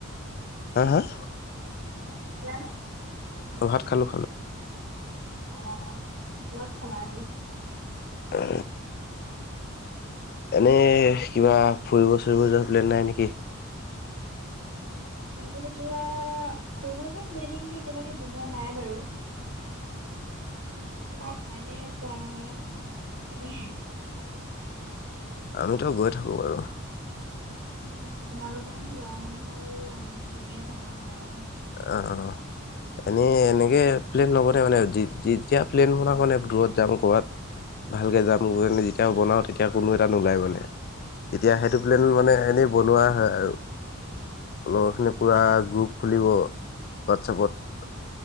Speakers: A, on the left; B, on the right.
A: হাঁ হাঁ?
B: ভাত খালা নে?
A: অ', ভাত খালোঁ খালোঁ।
B: অ', কিহৰ লগত খালা আজি?
A: উ, এনেই কিবা ফুৰিব ছুৰিব যোৱা পল্নে নাই নেকি?
B: ফুৰিব যোৱা ফুৰিব যোৱা প্লেনিংটো এতিয়ালৈকে বনোৱা নাই বাৰু। তোমাৰ টাইমে পোৱা নহয় ন'। তেনেকে।
A: আমিটো গৈ থাকোঁ বাৰু।
B: উম, তোমালোকৰনো লৰা মানুহৰ গৈয়ে থকা হয় আৰু।
A: অ', অ', এনেই এনেকে প্লেন নবনে মানে যেতিয়া প্লেন বনা মানে দূৰত যাম ক'বাত। ভালকৈ যামগৈ যেতিয়া বনাওঁ তেতিয়া কোনো এটা নোলাই মানে, তেতিয়া সেইটো
B: অ',
A: প্লেন মানে এনেই বনোৱা হয় আৰু লগৰখিনি
B: হয়।
A: পূৰা গ্ৰুপ খুলিব হোৱাটছপত